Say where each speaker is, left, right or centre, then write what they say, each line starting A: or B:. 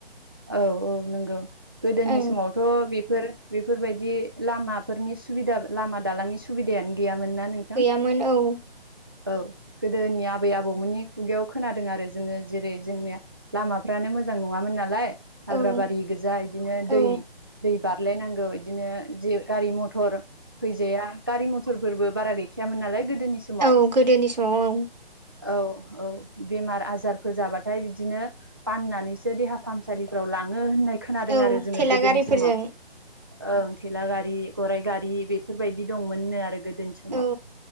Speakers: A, on the right; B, on the right.
A: औ औ नंगौ गोदोनि
B: ओं
A: समाव थ' बेफोर बेफोरबायदि लामाफोरनि सुबिदा लामा दालांनि सुबिदायानो गैयामोन ना नों
B: गैयामोन औ
A: औ गोदोनि आबै आबौमोननि खुगायाव खोनादों आरो जोङो जेरै जोंनि लामाफ्रानो मोजां नङामोन नालाय हाग्राबारि
B: औ
A: गोजा बिदिनो
B: औ
A: दै दै बारलायनांगौ बिदिनो जि गारि मथर फैजाया गारि मथरफोरबो बारा गैखायामोन नालाय गोदोनि समाव
B: औ गोदोनि समाव औ
A: औ औ बेमार आजारफोर जाबा थाय बिदिनो बाननानैसो देहा फाहामसालिफ्राव लाङो होननाय खोनादों
B: औ
A: आरो जोङो
B: थेला
A: गोदोनि
B: गारिफोरजों
A: समाव ओं थेला गारि, गराइ गारि बेफोरबायदि दंमोननो आरो गोदोनि समाव
B: औ